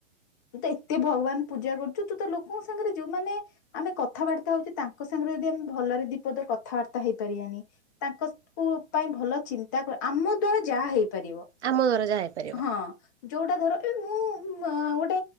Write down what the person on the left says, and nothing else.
ତୁ ତ ଏତେ ଭଗବାନ ପୂଜା କରୁଛୁ ତୁ ତ ଲୋକଙ୍କ ସାଙ୍ଗରେ ଯୋଉମାନେ ଆମେ କଥାବାର୍ତ୍ତା ହଉଛେ ତାଙ୍କ ସାଙ୍ଗରେ ଯଦି ଭଲରେ ବିପଦ କଥାବାର୍ତ୍ତା ହେଇପାରିବାନି ତାଙ୍କ ପାଇଁ ଭଲ ଚିନ୍ତା ଆମ ଦଵାର ଯାହା ହେଇପାରିବ
ହଁ ଯୋଉଟା ଧର ଆଉ ଗୋଟେ